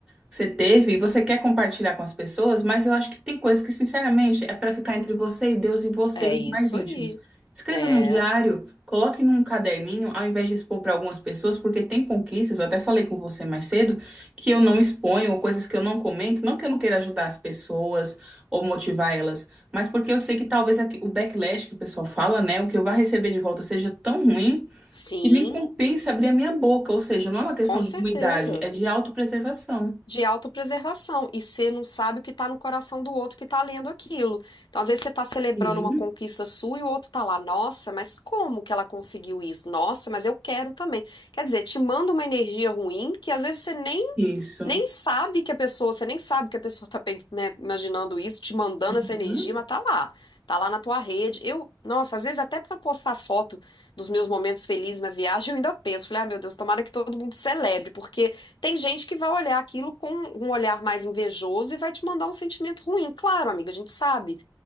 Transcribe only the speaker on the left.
É
isso
aí.
É,
sim,
com certeza.
De autopreservação. E você não sabe o que está no coração do outro que está lendo aquilo. Então, às vezes, você está celebrando
uma conquista sua e o outro está lá, nossa, mas como que ela conseguiu isso? Nossa, mas eu quero também. Quer dizer, te manda uma energia ruim que às vezes você nem
Nem sabe que a pessoa, você nem sabe que a pessoa tá, pen- né, imaginando isso, te mandando essa
energia, mas tá lá. Tá lá na tua rede. Eu, nossa, às vezes até pra postar foto dos meus momentos felizes na viagem, eu ainda penso, falei, ah, meu Deus, tomara que todo mundo celebre, porque tem gente que vai olhar aquilo com um olhar mais invejoso e vai te mandar um sentimento ruim. Claro, amiga, a gente sabe